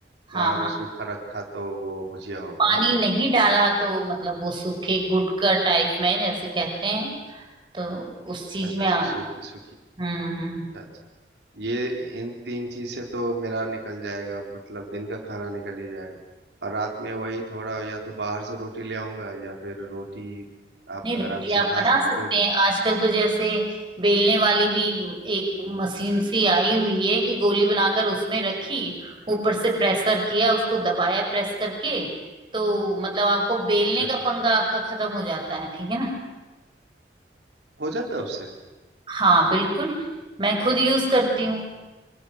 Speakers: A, on the right; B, on the right.
A: हाँ
B: और सूखा रखा तो वो भुजिया हो गया
A: पानी
B: है ना
A: नहीं डाला तो मतलब वो सूखे गुटका टाइप में जैसे कहते हैं तो उस चीज
B: अच्छा
A: में
B: अच्छा
A: आ गया
B: सूखी सूखी
A: हम्म
B: अच्छा अच्छा ये इन तीन चीज से तो मेरा निकल जाएगा मतलब दिन का खाना निकल ही जाएगा और रात में वही थोड़ा या तो बाहर से रोटी ले आऊंगा या फिर रोटी आप
A: नहीं
B: अगर
A: रोटी
B: आप सिखा
A: आप बना
B: सकते
A: सकते
B: हो
A: हैं आजकल तो जैसे बेलने वाली भी एक मशीन सी आई हुई है कि गोली बनाकर उसमें
B: अच्छा
A: रखी ऊपर से प्रेशर किया उसको दबाया प्रेस करके तो मतलब आपको बेलने
B: अच्छा अच्छा
A: का पंगा आपका खत्म हो जाता है ठीक है ना
B: हो जाता है उससे
A: हाँ बिल्कुल मैं खुद यूज करती हूँ